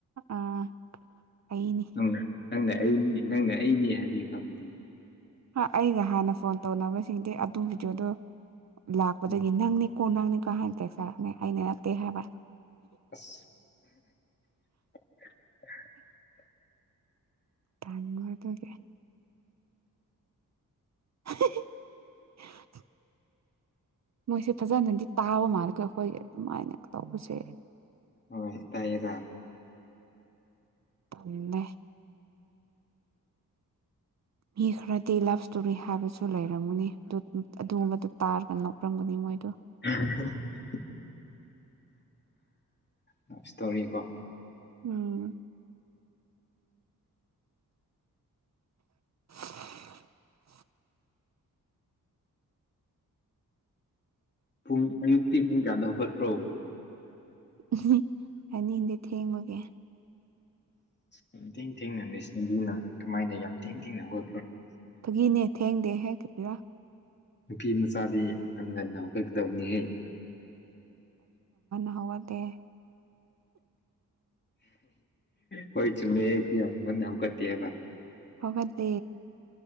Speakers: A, on the right; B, on the left.
A: ꯑꯥ ꯑꯩꯅꯤ
B: ꯅꯪ ꯅꯪꯅ ꯑꯩꯅꯤ ꯅꯪꯅ ꯑꯩꯅꯤ ꯍꯥꯏꯗꯤ ꯈꯪꯅꯤꯡꯤ
A: ꯑꯩꯒ ꯍꯥꯟꯅ ꯐꯣꯟ ꯇꯧꯅꯕꯁꯤꯡꯗꯤ ꯑꯗꯨꯒꯤꯗꯨꯗꯣ ꯂꯥꯛꯄꯗꯒꯤ
B: ꯎꯝ
A: ꯅꯪꯅꯤ ꯀꯣꯟ ꯅꯪꯅꯤ ꯀꯍꯥꯟ ꯇ ꯆꯔꯅꯦ ꯍꯥꯏꯅꯦꯔꯠꯇꯦ ꯍꯥꯏꯕ
B: ꯑꯁ <unintelligible>
A: ꯀꯥꯟꯃꯔꯗ ꯀꯦ <unintelligible> ꯃꯣꯏꯁꯦ ꯐꯖꯅꯗꯤ ꯇꯥꯕ ꯃꯥꯜꯂꯀꯦ ꯑꯩꯈꯣꯏꯒꯤ ꯑꯗꯨꯃꯥꯏꯅ ꯇꯧꯕꯁꯦ
B: ꯍꯣꯏ ꯇꯥꯏꯌꯦꯒ
A: ꯑꯃꯦ ꯃꯤ ꯈꯔꯗꯤ ꯂꯞ ꯏꯁꯇꯣꯔꯤ ꯍꯥꯏꯕꯁꯨ ꯂꯩꯔꯝꯒꯨꯅꯤ ꯑꯗꯨ ꯑꯗꯨꯒꯨꯝꯕꯗꯨ ꯇꯥꯔꯒ ꯅꯣꯛꯂꯝꯝꯒꯅꯤ ꯃꯣꯏꯗꯣ
B: <unintelligible> ꯂꯞ ꯏꯁꯇꯣꯔꯤ ꯀꯣ
A: ꯎꯝ <unintelligible>
B: ꯄꯨꯡ ꯑꯌꯨꯛꯇꯤ ꯄꯨꯡ ꯀꯌꯥꯗ ꯍꯧꯒꯠꯈ꯭ꯔꯣ
A: ꯎ ꯍꯥꯏꯅꯤꯗꯤ ꯊꯦꯡꯃꯒꯦ
B: ꯌꯥꯝ ꯊꯦꯡ ꯊꯦꯡꯅ ꯅꯤꯡꯁꯤꯡꯗꯨꯅ ꯀꯃꯥꯏꯅ ꯌꯥꯝ ꯊꯦꯡ ꯊꯦꯡꯅ ꯍꯕ
A: ꯐꯥꯒꯤꯅꯦ ꯊꯦꯡꯗꯦ ꯍꯦꯛꯛꯇꯗꯔꯥ
B: ꯅꯨꯄꯤ ꯃꯆꯥꯗꯤ ꯉꯟ ꯉꯟꯅ ꯍꯧꯒꯠꯀꯗꯕꯅꯤꯍꯩ
A: ꯍꯗ
B: ꯍꯣꯏ ꯆꯨꯝꯃꯤ ꯑꯩꯁꯨ ꯌꯥꯝ ꯉꯟꯅ ꯍꯧꯒꯠꯇꯦ ꯍꯥꯏꯕ
A: ꯍꯒꯗꯦ